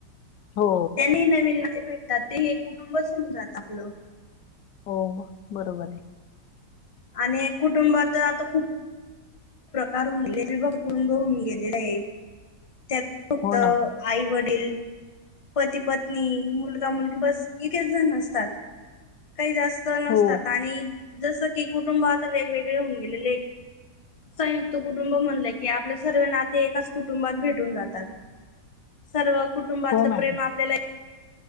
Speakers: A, on the left; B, on the left.
A: हो
B: त्यांनी नवीन ते भेटतात ते एक कुटुंबच होऊन जात आपलं,
A: हो बरोबर आहे.
B: आणि कुटुंबात आता खूप हे प्रकार <unintelligible> विभक्तुंद <unintelligible> होन गेलेले आहे, त्यात फक्त
A: हो ना
B: आई वडील पती पत्नी मुलगा मुलगी बस इतकेच जण नसतात काही जास्त नसतात
A: हो
B: आणि जसं की कुटुंब आता वेगवेगळे होऊन गेलेले, संयुक्त कुटुंब म्हणलं की आपले सर्व नाते एकाच कुटुंबात भेटून जातात. सर्व कुटुंबातलं
A: हो मॅडम
B: प्रेम आपल्याला